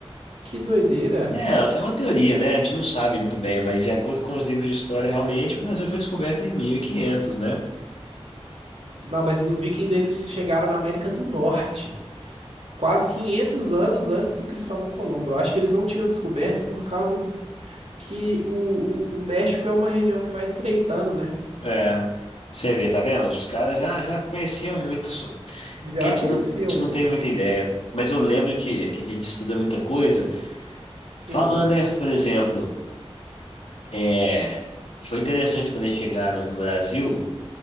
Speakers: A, on the right; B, on the left.
A: Que doideira.
B: É, é uma teoria, né? A gente não sabe muito bem, mas de acordo com os livros de história, realmente o Brasil foi descoberto em mil e quinhentos, né?
A: Não, mas os vikings, eles chegaram na América do Norte, quase 500 anos antes do Cristóvão Colombo. Eu acho que eles não tinham descoberto por causa que o, o, o México é uma região que vai estreitando, né?
B: É, você vê, tá vendo? Os caras já, já conheciam muito isso.
A: Já
B: É porque a gente
A: conheciam,
B: não, a gente
A: pô.
B: não tem muita ideia. Mas eu lembro que, que a gente estuda muita coisa.
A: Hum,
B: Falando, né? Por exemplo, é, foi interessante quando eles chegaram no Brasil